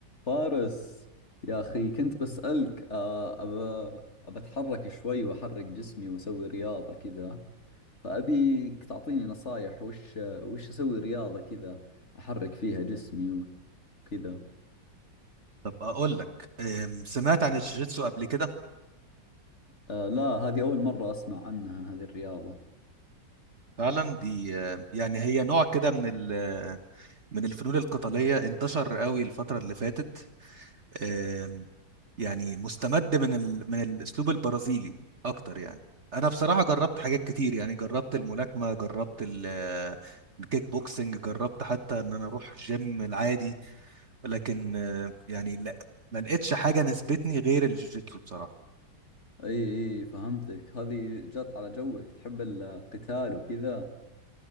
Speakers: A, on the left; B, on the right.
A: فارس يا أخي كنت بسألك آه، أبى أبى أتحرك شوي وأحرك جسمي وأسوي رياضة كذا فأبيك تعطيني نصايح وش وش أسوي رياضة كذا أحرك فيها جسمي و- وكذا
B: طب اقول لك أم، سمعت عن الجيجيتسو قبل كده
A: آه لا هذه أول مرة أسمع عنها هذه الرياضة
B: فعلا دي أم، يعني هي نوع كده من ال- من الفنون القتاليه انتشر قوي الفتره اللي فاتت أم، يعني مستمد من ال من الاسلوب البرازيلي اكتر يعني انا بصراحه جربت حاجات كتير يعني جربت الملاكمه جربت ال- آه، الكيك بوكسنج جربت حتى ان انا اروح جيم العادي لكن أم، يعني لا ما لقيتش حاجه ناسبتني غير الجيجيتسو بصراحه
A: إي إي فهمتك هذه جات على جوك تحب القتال وكذا